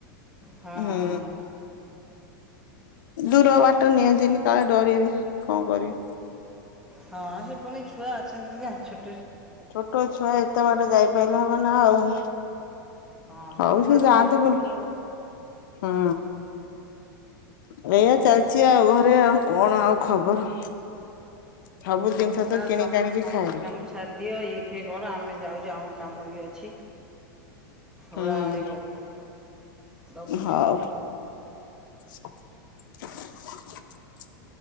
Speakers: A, in the centre; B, on the left (about 70°).
A: ହଁ
B: ହୁଁ।
A: ହଁ
B: ଦୂର ବାଟ ନିଅତିନୀ କାଳେ ଡରିବି। କଣ କରିବି।
A: ହଁ ସେ ପଣି। ଛୁଆ ଅଛନ୍ତି ନା ଛୋ
B: ଛୋଟ ଛୁଆ ଏତେ ବାଟ ଯାଇପାରି ଭା ବନା ଆଉ।
A: ହଁ
B: ହଉ
A: ସବୁଆଡୁ
B: ସେୁ ଯାଆନ୍ତୁ
A: ଦେଖିକି
B: ବୁଲି
A: ନବାକୁ
B: ହୁଁ। ହ ଏଇଆ
A: ହଁ
B: ଚାଲିଛି ଆଉ ଘରେ ଆଉ। କଣ ଆଉ ଖବର। ସବୁ
A: ହଉ
B: ଜିନିଷ
A: ଯାଅ
B: ତ କିଣିକି
A: କାମ
B: ଆଣିକି
A: ଫାମ
B: ଖାଇଲେ
A: କାମ ସାରି ଦିଅ ଇଏ ଫିଏ କର ଆମେ ଯାଉଛୁ ଆମ କାମ ବି ଅଛି। ଓଳା
B: ହୁଁ
A: ଓଳି କରିବୁ ରଖୁଛୁ।
B: ହଉ। <unintelligible>